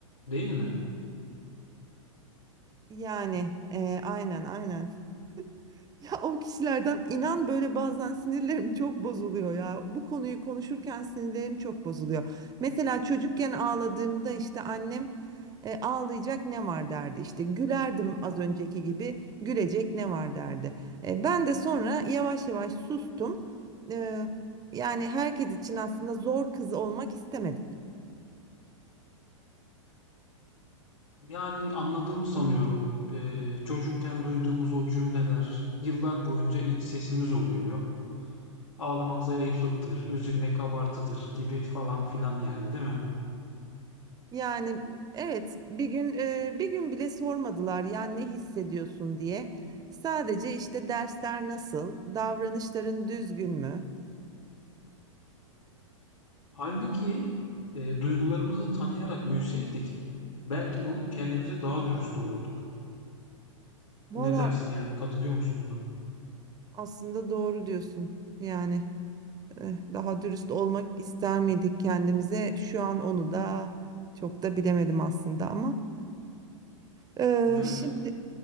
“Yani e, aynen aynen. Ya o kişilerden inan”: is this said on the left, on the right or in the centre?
Right